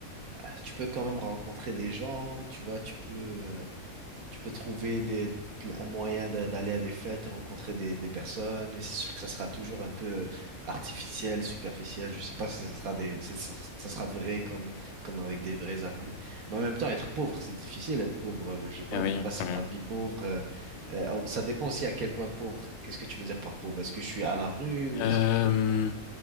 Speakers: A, on the right; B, on the left.
A: euh, tu peux quand même rencontrer des gens, tu vois, tu peux euh, Tu peux trouver des un moyen d'a- d'aller à des fêtes, rencontrer des, des personnes, mais c'est sûr que ça sera toujours un peu euh, artificiel, superficiel. Je sais pas si ça sera des, si ça, ça sera vrai comme comme avec des vrais amis. Mais en même temps, être pauvre, c'est difficile. Être pauvre, moi, j'ai pas
B: Ah
A: envie
B: oui,
A: de passer
B: hein.
A: ma vie pauvre. Euh, euh, oh, ça dépend aussi à quel point pauvre. Qu'est-ce que tu veux dire par pauvre? Est-ce que je suis à la rue ou
B: Euh,
A: est-ce que